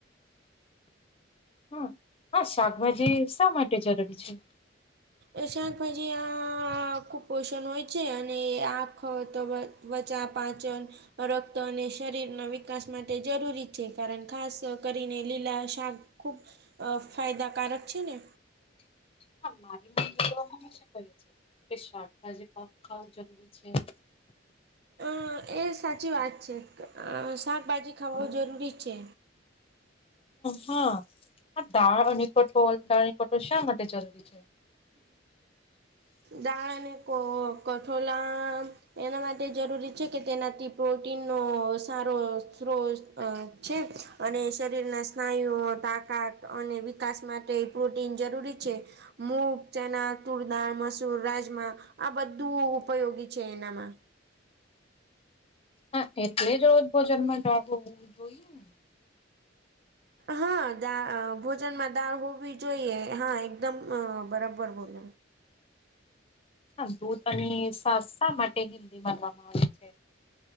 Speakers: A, on the left; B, on the right.
A: હા હા શાકભાજી શા માટે જરૂરી છે?
B: એ શાકભાજી આ કુપોષણ હોય છે, અને આખ તો બ વચા પાાચન રક્ત અને શરીરનો વિકાસ માટે જરૂરી છે, કારણ ખાસ કરીને લીલા શા ખુબ અ ફાયદાકારક છે, ને
A: હા મારી મમમી તો હંમેશા કરે છે. કે શાકભાજી <unintelligible> જરૂરી છે.
B: અ એ સાચી વાત છે, અ શાકભાજી ખાવા જરૂરી છે.
A: હા દાળ અને કઠોળ દાળ અને કઠોળ શા માટે જરૂરી છે?
B: દાળ અને કો કઠોલા એના માટે જરૂરી છે, કે તેનાથી પ્રોટીનનો સારો સ્ત્રો અ છે. અને શરીરના સ્નાયુઓ, તાકાત અને વિકાસ માટે પ્રોટીન જરૂરી છે. મું. ચના, તુળદાળ, મસૂર, રાજમા આ બધું ઉપયોગી છે, એનામાં
A: હા એટલે જ રોજ ભોજન માં જવુ જોઈએને
B: હા દા અ ભોજનમાં દાળ હોવી જોઈએ હા એકદમ અ બરાબર ભોજન
A: હા દૂધ અને સા શા માટે હિલદી માનવામાં આવે છે.